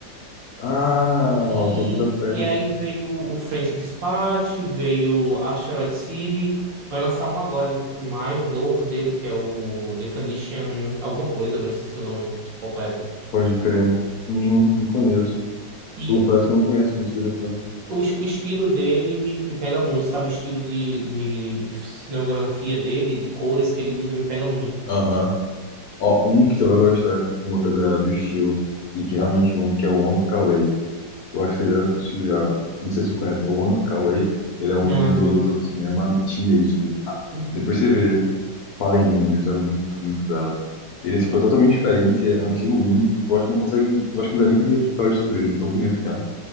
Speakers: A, on the left (about 65°); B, on the right (about 75°).
A: Ah,
B: E,
A: Rosa Budapeste.
B: e aí veio o French Dispatch, veio Asteroid City, vai lançar um agora em maio, o novo dele, que é o Definition alguma coisa, agora esqueci o nome completo.
A: Pode crer. Não, não conheço.
B: E
A: Confesso que eu não conheço esse diretor.
B: o, es- o estilo dele me, me pega muito, sabe? O estilo de, de, de cinematografia dele, de cores que ele usa, me pega muito.
A: Aham. Ó, um que você vai gostar por conta da, do estilo e que é realmente único é o Wong Kar-wai. Eu acho que você deve assistir já. Não sei se você conhece. O Wong Kar-wai, ele é um
B: Não.
A: diretor de cinema chinês.
B: Uhum.
A: Depois você vê. Fala em Índios, é muito, muito belo. Ele é, tipo, é totalmente diferente, é um estilo único, eu acho que não consegue, eu acho que não dá nem pra replicar o estilo dele, tão bonito que é.